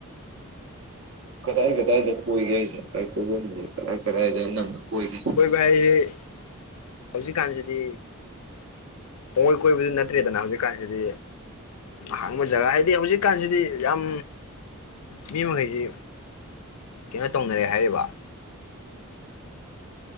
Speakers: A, on the right; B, on the left.
A: ꯀꯗꯥꯏ ꯀꯗꯥꯏꯗ ꯀꯣꯏꯒꯦꯁꯦ ꯀ ꯀꯗꯥꯏꯗ ꯅꯅ ꯀꯣꯏꯒꯦ
B: ꯍꯥꯏꯌꯦ ꯍꯧꯖꯤꯛꯀꯥꯟꯁꯤꯗꯤ ꯄꯨꯡꯀꯣꯏ ꯀꯣꯏꯕꯗꯨ ꯅꯠꯇ꯭ꯔꯦꯗꯅ ꯍꯧꯖꯤꯛꯀꯥꯟꯁꯤꯗꯤ ꯑꯍꯥꯡꯕ ꯖꯒꯥ ꯍꯥꯏꯗꯤ ꯍꯧꯖꯤꯛꯀꯥꯟꯁꯤꯗꯤ ꯌꯥꯝ ꯃꯤ ꯃꯈꯩꯁꯤ ꯀꯩꯅꯣ ꯇꯧꯅꯔꯦ ꯍꯥꯏꯔꯤꯕ